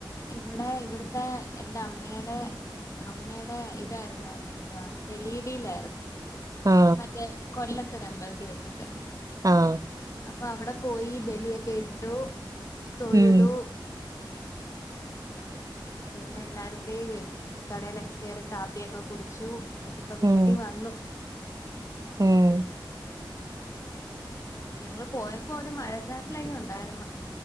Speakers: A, on the left; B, on the right.
A: ഇവിടെ ഇവിടുത്തെ എന്റെ അമ്മേടെ അമ്മേടെ ഇതായിരുന്നു എന്തവാ ബലിയിടിയിലായിരുന്നു
B: ആ
A: മറ്റേ കൊല്ലത്തൊര് അമ്പലത്തി വെച്ചിട്ട്
B: ആഹ്
A: അപ്പൊ അവിടെ പോയി ബലിയൊക്കെ ഇട്ടു. തൊഴുതു
B: ഉം <unintelligible>
A: പിന്നെ എല്ലാരും കൂടെ കടയിലൊക്കെ കേറി കാപ്പിയൊക്കെ കുടിച്ചു. എന്നിട്ട്പ്പ വീട്ടി
B: ഉം
A: വന്നു
B: ഉം
A: ഞങ്ങള് പോയപ്പോ ഒരു മഴച്ചാറ്റ്ലൊക്കെ ഉണ്ടായിരുന്നു